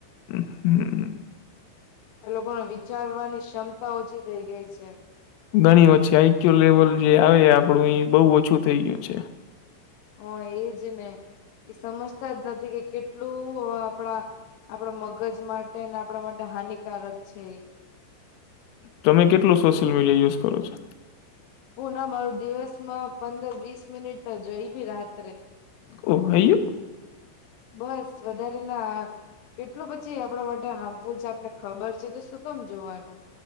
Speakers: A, on the left (about 85°); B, on the left (about 70°).
A: હમ હમ
B: એ લોકોની વિચારવાની ક્ષમતા ઓછી થઈ ગઈ છે.
A: ઘણી ઓછી આઈક્યુ લેવલ જે આવે આપણું એ બહુ ઓછું થઈ ગયું છે.
B: હ એ જ ને એ સમજતા જ નથી કે કેટલું આપડા આપડા મગજ માટે ને આપડા માટે હાનિકારક છે એ.
A: તમે કેટલું સોશિયલ મીડિયા યુઝ કરો છો?
B: હું ના મારું દિવસમાં પંદર વીસ મિનિટ જ હોય એ ભી રાત્રે
A: ઓ હાઈ યો
B: બસ વધારે ના કેટલું પછી આપડા માટે હાર્મફુલ છે આપને ખબર છે તો શું કમ જોવાનું.